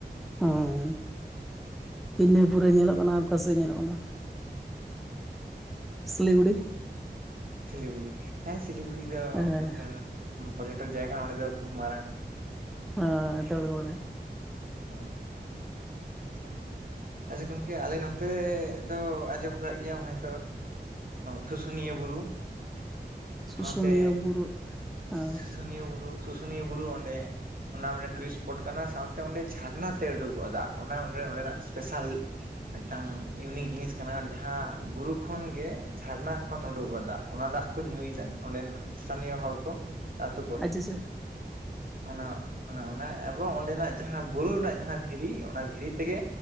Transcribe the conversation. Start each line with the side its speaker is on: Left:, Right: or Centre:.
Centre: ᱦᱮ ᱤᱱᱟᱹ ᱯᱚᱨᱮ ᱧᱮᱞᱚᱜ ᱠᱟᱱᱟ ᱚᱠᱟ ᱥᱮᱫ ᱧᱮᱞᱚᱜ ᱠᱟᱱᱟ ᱥᱤᱞᱤᱜᱩᱲᱤ
Right: ᱥᱤᱞᱤᱜᱩᱲᱤ ᱦᱮᱸ ᱥᱤᱞᱤᱜᱩᱲᱤ ᱫᱚ
Centre: ᱦᱮᱸ
Right: ᱢᱤᱫᱴᱮᱱ ᱯᱚᱨᱡᱚᱴᱚᱠ ᱡᱟᱭᱜᱟ ᱠᱟᱱᱟ ᱚᱸᱰᱮ ᱫᱚ ᱠᱷᱩᱵ ᱢᱟᱨᱟᱝ
Centre: <unintelligible> ᱦ ᱮ ᱛᱲᱲ
Right: ᱦᱮᱸ ᱦᱮᱸ <unintelligible> ᱟᱪᱪᱷᱟ ᱟᱪᱪᱷᱟ ᱜᱚᱝᱠᱮ ᱟᱞᱮ ᱱᱚᱛᱮ ᱫᱚ ᱟᱸᱡᱚᱢ ᱠᱫ ᱜᱮᱭᱟ ᱦᱚᱭᱛᱚ ᱥᱩᱥᱩᱱᱤᱭᱟᱹ ᱵᱩᱨᱩ
Centre: ᱥᱩᱥᱩᱱᱤᱭᱟᱹ
Right: ᱥᱟᱶᱛᱮ
Centre: ᱵᱩᱨᱩ ᱦᱮᱸ
Right: ᱥᱩᱥᱩᱱᱤᱭᱟᱹ ᱵᱩᱨᱩ ᱥᱩᱥᱩᱱᱤᱭᱟᱹ ᱵᱩᱨᱩ ᱚᱸᱰᱮ ᱚᱱᱟ ᱢᱤᱫᱴᱮᱱ ᱴᱩᱨᱤᱥᱴ ᱥᱯᱚᱴ ᱠᱟᱱᱟ ᱥᱟᱶᱛᱮ ᱚᱸᱰᱮ ᱡᱷᱟᱨᱱᱟ ᱛᱮ ᱩᱰᱩᱠᱚᱜ ᱫᱟᱜ ᱚᱱᱟ ᱚᱸᱰᱮ ᱚᱸᱰᱮᱱᱟᱜ ᱮᱯᱮᱥᱟᱞ ᱢᱤᱫᱴᱟᱝ ᱤᱭᱩᱱᱤᱠ ᱡᱤᱱᱤᱥ ᱠᱟᱱᱟ ᱡᱟᱦᱟᱸ ᱵᱩᱨᱩ ᱠᱷᱚᱱᱜᱮ ᱡᱷᱟᱨᱱᱟ ᱠᱷᱚᱱ ᱩᱰᱩᱠᱩ-ᱟ ᱫᱟᱜ ᱚᱱᱟ ᱫᱟᱜ ᱠᱚ ᱧᱩᱭᱮᱫᱟ ᱚᱸᱰᱮᱱ ᱥᱛᱷᱟᱱᱤᱭᱟᱹ ᱦᱚᱲ ᱠᱚ ᱟᱹᱛᱩ ᱠᱚᱨᱮ
Centre: ᱟᱪᱪᱷᱟ ᱟᱪᱪᱷᱟ
Right: ᱚᱱᱟ ᱱ ᱚᱱᱟ ᱮᱵᱚᱝ ᱚᱸᱰᱮᱱᱟᱜ ᱡᱟᱦᱟᱸ ᱵᱩᱨᱩ ᱨᱮᱱᱟᱜ ᱡᱟᱦᱟᱸ ᱫᱷᱤᱨᱤ ᱚᱱᱟ ᱫᱷᱤᱨᱤ ᱛᱮᱜᱮ